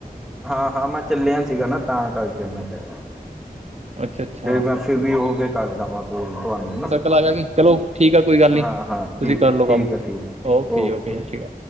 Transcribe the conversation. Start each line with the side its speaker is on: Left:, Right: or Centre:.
Centre: ਹਾਂ ਹਾਂ, ਮੈਂ ਚੱਲਿਆ ਸੀਗਾ ਨਾ ਤਾਂ ਕਰਕੇ ਮੈਂ ਕਿਹਾ।
Right: ਅੱਛਾ ਅੱਛਾ
Centre: ਤੇ ਮੈਂ ਫ੍ਰੀ ਹੋ ਕਰਦਾ ਵਾਂ ਕੋਲ ਤੁਹਾਨੂੰ ਨਾ।
Right: <unintelligible> ਚਲੋ ਠੀਕ ਆ ਕੋਈ- ਗੱਲ
Centre: ਹਾਂ
Right: ਨਹੀਂ
Centre: ਹਾਂ,
Right: ਤੁਸੀਂ
Centre: ਠੀਕ
Right: ਕਰ ਲਓ
Centre: ਠੀਕ
Right: ਕੰਮ
Centre: ਆ ਠੀਕ ਆ ਓਕੇ
Right: ਜੀ
Centre: ਓਕੇ।
Right: ਸਤਿ ਸ਼੍ਰੀ ਅਕਾਲ